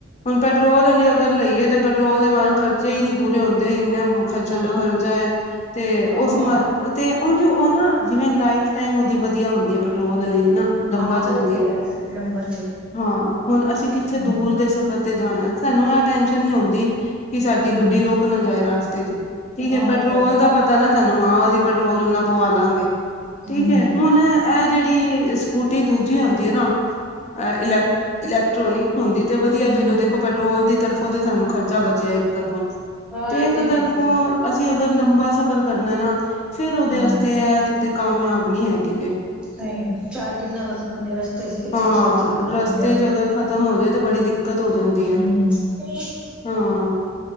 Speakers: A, on the left; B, in the centre.
A: ਹੁਣ ਪੈਟਰੋਲ ਆਲੀ ਅਗਰ ਲਈਏ ਤਾਂ ਪੈਟਰੋਲ ਦੇ ਬਾਰ ਖਰਚੇ ਹੀ ਨਹੀਂ ਪੂਰੇ ਹੁੰਦੇ ਇੰਨੇ ਖਰਚੇ
B: ਨਾ
A: ਤੇ ਖਰਚਾ ਹੈ ਤੇ
B: ਹਾਂ
A: ਉਸਨੂੰ ਮੈਂ ਤੇ ਉੰਝ ਉਹ ਨਾ ਜਿਵੇਂ ਲਾਈਫ ਟਾਈਮ ਉਹਦੀ ਵਧੀਆ ਹੁੰਦੀ ਹੈ, ਪੈਟਰੋਲ ਵਾਲੀ ਦੀ ਨਾ ਲੰਬਾ
B: ਹਾਂ
A: ਚਲਦੀ
B: ਉਹ ਤੇ
A: ਹੈ,
B: ਲੰਬਾ ਚੱਲ
A: ਹਾਂ ਹੁਣ ਅਸੀਂ ਕਿੱਥੇ
B: ਹਮ
A: ਦੂਰ ਦੇ ਸਫਰ ਤੇ ਜਾਣਾ ਏ ਸਾਨੂੰ ਇਹ ਟੈਸ਼ਨ ਨੀ ਹੋਦੀ, ਕਿ ਸਾਡੀ
B: ਹਮ
A: ਗੱਡੀ ਰੁਕ ਨਾ ਜਾਏ ਰਾਸਤੇ ਚ। ਠੀਕ
B: ਹਾਂ
A: ਹੈ ਪੈਟਰੋਲ
B: ਇਹ ਤੇ
A: ਦਾ ਪਤਾ ਹੈ ਨਾ ਸਾਨੂੰ ਹਾਂ ਅਸੀਂ ਪੈਟਰੋਲ ਈਨਾ ਪਵਾ ਲਾਗੇ। ਠੀਕ
B: ਹਮ
A: ਏ ਹੁਣ ਇਹ ਜਿਹੜੀ ਸਕੂਟੀ ਦੂਜੀ ਹੁੰਦੀ ਐ ਨਾ, ਇਲੈਕ- ਇਲੈਕਟ੍ਰੋਨਿਕ ਹੁੰਦੀ ਤੇ ਵਧੀਆ
B: ਹਮ
A: ਚਲੋ ਦੇਖੋ ਪੈਟਰੋਲ ਦੀ ਤਰਫੋਂ ਤੇ ਸਾਨੂੰ ਖਰਚਾ ਬਚਿਆ ਇੱਕ ਤਰਫੋਂ
B: ਹਾਂ
A: ਤੇ
B: ਇਹ
A: ਇੱਕ
B: ਹੈ
A: ਤਰਫੋਂ
B: ਹੀ
A: ਅਸੀਂ ਅਗਰ ਲੰਬਾ ਸਫ਼ਰ ਕਰਨਾ ਨਾ, ਫੇਰ ਉਹਦੇ
B: ਹਮ
A: ਵਾਸਤੇ ਇਹ ਕਿਤੇ ਕਾਮਯਾਬ ਨੀ ਹੈਗੀ ਕੋਈ।
B: ਸਹੀ ਐ, ਚਾਰਜਿੰਗ ਨਾ ਖਤਮ ਹੋਜੇ ਨਾ ਰਸਤੇ ਚ ਕਿੱਥੇ
A: ਹਾਂ
B: ਚਾਰਜਿੰਗ ਕਰਨਾ
A: ਰਸਤੇ
B: ਐ।
A: ਚ ਅਗਰ ਖ਼ਤਮ ਹੋ ਜਾਏ ਤੇ ਬੜੀ ਦਿੱਕਤ ਹੋ ਜਾਂਦੀ ਹੈ
B: ਹੂੰ ਹੂੰ।
A: ਹਾਂ